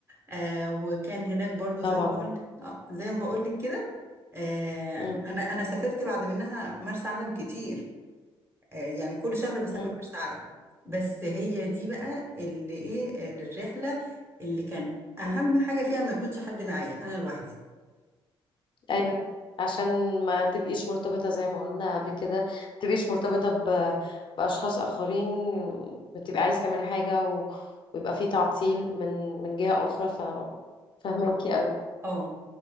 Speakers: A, on the right (about 25°); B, on the left (about 55°).
A: آه وكان هناك برضو
B: طبعا
A: زي ما بقول آه زي ما بقول لك كده آه
B: مم.
A: انا انا سافرت بعد منها مرسى علم كتير آه يعني كل شهر بسافر
B: مم.
A: مرسى علم بس هي دي بقى اللي ايه آه، للرحله اللي كان اهم
B: مم.
A: حاجه فيها ما يكونش حد معايا انا لوحدي
B: ايوه عشان ما تبقيش مرتبطة زي ما قلنا قبل كده ما تبقيش مرتبطة ب... بأشخاص آخرين بتبقي عايزة تعملي حاجة و... ويبقى في تعطيل من من جهة أخرى ف فهماكي أوي
A: اه